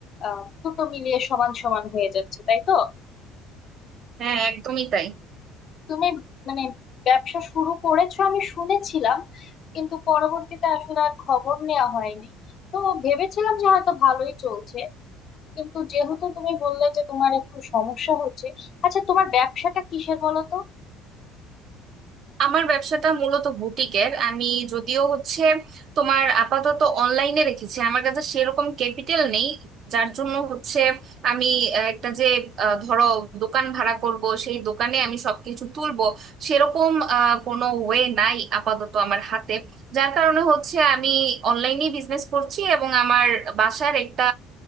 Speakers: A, on the left; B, on the right.
A: আহ, দুটো মিলিয়ে সমান সমান হয়ে যাচ্ছে তাই তো
B: হ্যাঁ হ্যাঁ, একদমই তাই
A: তুমি মানে ব্যবসা শুরু করেছো আমি শুনেছিলাম কিন্তু পরবর্তীতে আসলে আর খবর নেওয়া হয়নি তো ভেবেছিলাম যে হয়তো ভালোই চলছে কিন্তু যেহেতু তুমি বললে যে তোমার একটু সমস্যা হচ্ছে আচ্ছা তোমার ব্যবসাটা কিসের বলো তো
B: আমার ব্যবসাটা মূলত বুটিকের আমি যদিও হচ্ছে তোমার আপাতত অনলাইনে রেখেছি আমার কাছে সেরকম ক্যাপিটাল নেই যার জন্য হচ্ছে আমি আহ, একটা যে আহ, ধরো দোকান ভাড়া করব সেই দোকানে আমি সবকিছু তুলবো সেরকম আহ, কোনো ওয়ে নাই আপাতত আমার হাতে যার কারণে হচ্ছে আমি অনলাইনে বিজনেস করছি এবং আমার বাসার একটা